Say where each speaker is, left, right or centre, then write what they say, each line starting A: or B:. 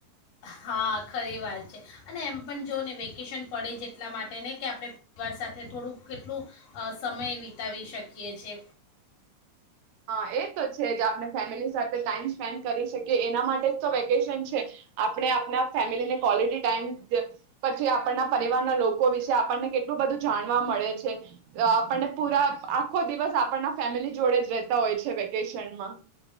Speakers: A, on the left; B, on the right.
A: હા ખરી વાત છે અને એમ પણ જો ને વેકેશન પડે છે એટલા માટે ને કે આપણે પરિવાર સાથે થોડુંક કેટલું સમય વિતાવી શકીએ છે
B: હા એ તો છે જ આપણે ફેમિલી સાથે ટાઈમ સ્પેન્ડ કરી શકીએ એ એના માટે જ તો વેકેશન છે આપણે આપણા ફેમિલીને ક્વલિટી ટાઈમ પછી આપણના પરિવારના લોકો વિશે આપણને કેટલું બધું જાણવા મળે છે આપણને પૂરા આખો દિવસ આપણના ફેમિલી જોડે જ રે તા હોય છે વેકેશનમાં